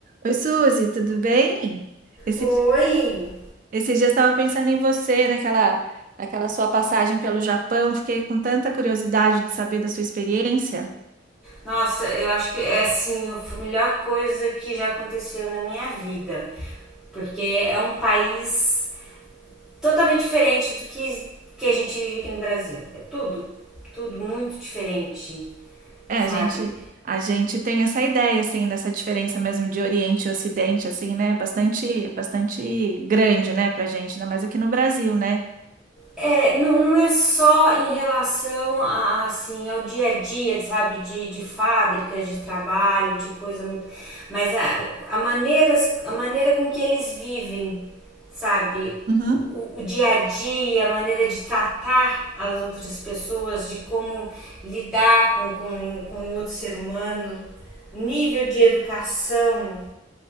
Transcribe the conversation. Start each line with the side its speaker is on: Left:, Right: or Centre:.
Right: Oi, Suzy, tudo bem? Esses,
Centre: Oi!
Right: esses dias eu estava pensando em você, naquela, naquela sua passagem pelo Japão. Fiquei com tanta curiosidade de saber da sua experiência.
Centre: Nossa, eu acho que é assim, foi a melhor coisa que já aconteceu na minha vida. Porque é um país totalmente diferente do que, que a gente vive aqui no Brasil. É tudo, tudo muito diferente,
Right: É,
Centre: sabe?
Right: a gente, a gente tem essa ideia, assim, dessa diferença mesmo de Oriente e Ocidente, assim, né? Bastante, bastante grande, né, pra gente, ainda mais aqui no Brasil, né?
Centre: É, não, não é só em relação a, assim, ao dia a dia, sabe, de, de fábricas, de trabalho, de coisa muito. Mas a, a, maneiras, a maneira com que eles vivem, sabe?
Right: Uhum.
Centre: O, o dia a dia, a maneira de tratar as outras pessoas, de como lidar com, com, com outro ser humano, o nível de educação,